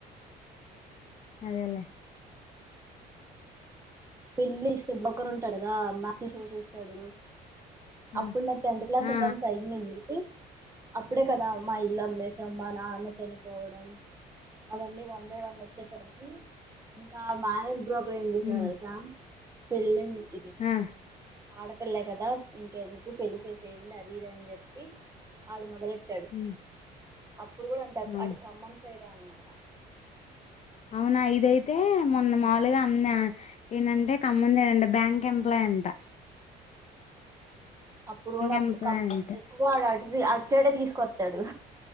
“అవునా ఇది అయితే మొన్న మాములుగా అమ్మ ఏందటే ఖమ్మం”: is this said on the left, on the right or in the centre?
Left